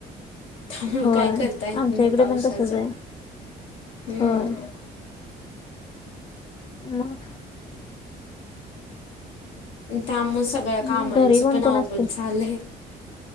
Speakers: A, on the left; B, on the left.
A: त्यामुळें
B: होय
A: काय करता येत
B: आमच्या
A: नाही
B: इकडे
A: पावसाचं.
B: पण तसच आहे
A: हम्म
B: होय मग
A: त्यामुळें सगळ्या
B: मग
A: कामांचं
B: घरी कोण
A: पण
B: कोण
A: अवघड
B: असते?
A: झालंय.